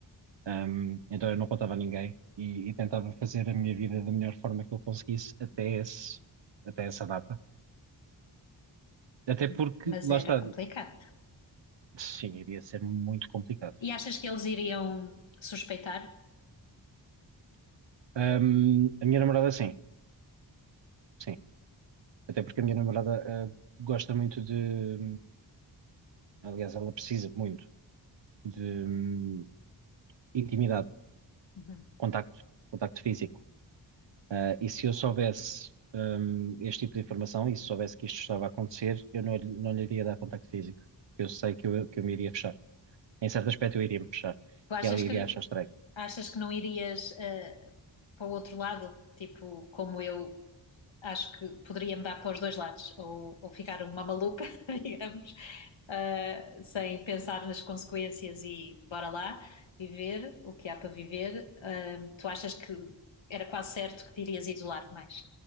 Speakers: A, on the right (about 70°); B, on the left (about 85°).
A: Um, então eu não contava a ninguém e, e tentava fazer a minha vida da melhor forma que eu conseguisse até esse, até essa data. Até
B: Hum,
A: porque,
B: Mas
A: lá
B: era
A: está,
B: complicado.
A: sim, iria ser muito complicado.
B: E achas que eles iriam suspeitar?
A: Um, a minha namorada, sim, sim. Até porque a minha namorada, ah, gosta muito de, aliás, ela precisa muito de, hum, intimidade,
B: Uhum.
A: contacto, contacto físico. Ah, e se eu soubesse, hum, este tipo de informação e se soubesse que isto estava a acontecer, eu não, lhe- não lhe iria dar contacto físico. Eu sei que eu, que eu me iria fechar. Em certo aspecto, eu iria me fechar.
B: Tu achas
A: E ela iria
B: que,
A: achar estranho.
B: achas que não irias eh, para o outro lado? Tipo, como eu acho que poderia me dar para os dois lados, ou, ou ficar uma maluca, <laughs> digamos, ah, sem pensar nas consequências e bora lá, viver o que há para viver. Ah, tu achas que era quase certo que te irias isolar mais?